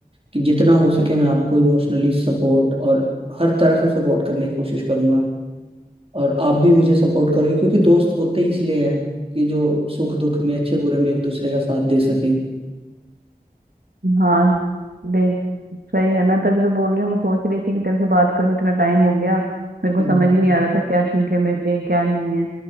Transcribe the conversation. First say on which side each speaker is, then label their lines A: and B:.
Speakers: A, on the right; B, on the right.
A: कि जितना हो सके मैं आपको इमोशनली सपोर्ट और हर तरह से सपोर्ट करने की कोशिश करूंगा और आप भी मुझे सपोर्ट करोगे क्योंकि दोस्त होते ही इसलिए हैं कि जो सुख दुख में अच्छे बुरे में एक दूसरे का साथ दे सकें
B: हाँ देख सही है ना तभी तो बोल रही हूँ मैं सोच रही थी कि तेरे से बात करूं इतना टाइम हो गया मेरे को
A: हम्म।
B: समझ ही नहीं आ रहा था क्या ठीक है मेरे लिए क्या नहीं है